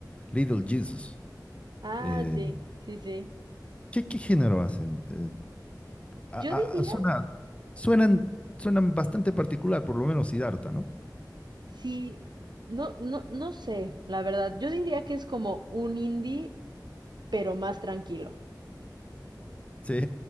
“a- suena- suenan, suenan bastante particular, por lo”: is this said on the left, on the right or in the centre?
Left